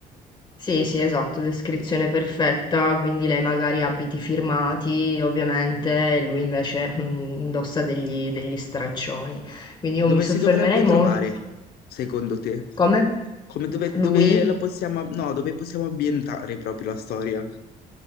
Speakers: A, on the left; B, on the left.
A: Sì, sì, esatto, descrizione perfetta, quindi lei magari ha abiti firmati, ovviamente, e lui invece mm, indossa degli, degli straccioni. Quindi io
B: Dove
A: mi soffermerei
B: si dovrebbe trovare,
A: molto...
B: secondo te?
A: Come?
B: Come dove,
A: Lui?
B: dove la possiamo, no, dove possiamo ambientare proprio la storia?